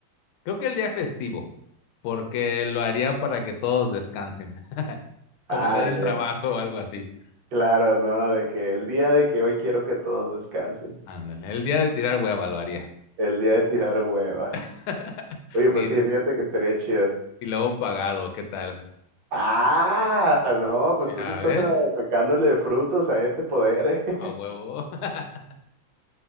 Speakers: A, on the left; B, on the right.
A: Creo que el día festivo, porque lo haría para que todos descansen, <laughs> como
B: Ah,
A: el día del
B: bien.
A: trabajo o algo así.
B: Claro, ¿no? De que el día de que hoy quiero que todos descansen.
A: Ándale, el día de tirar hueva lo haría.
B: El día de tirar hueva.
A: <laughs>
B: Oye, pues
A: Y,
B: sí, fíjate que estaría chido.
A: y luego pagado, ¿qué tal?
B: Ah, no, pues
A: ¿Ya
B: tú sí estás
A: ves?
B: ah, sacándole frutos a este poder, ¿eh?
A: A huevo. <laughs>